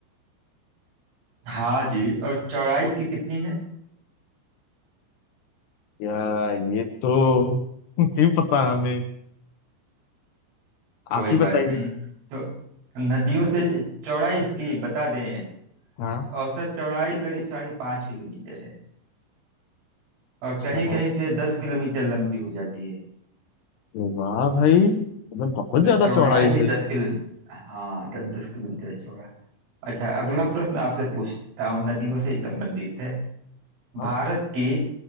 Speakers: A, on the right; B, on the left.
A: हाँ जी और चौड़ाई इसकी कितनी है
B: या ये तो नहीं पता हमें
A: कोई
B: आप ही
A: बात
B: बताइए
A: नहीं तो नदियों से चौड़ाई इसकी बता दें
B: हाँ
A: औसत चौड़ाई करीब साढ़े पाँच किलोमीटर है और
B: अच्छा
A: कहीं कहीं तो ये दस किलोमीटर लंबी हो जाती है
B: अरे वाह भाई मतलब बहुत
A: मतलब
B: ज्यादा
A: चौड़ाई
B: चौड़ाई
A: ही
B: है
A: दस किलोमीटर हाँ दस दस किलोमीटर चौड़ा अच्छा अगला प्रश्न आपसे पूछता हूँ नदियों से ही संबंधित है
B: इसका
A: भारत की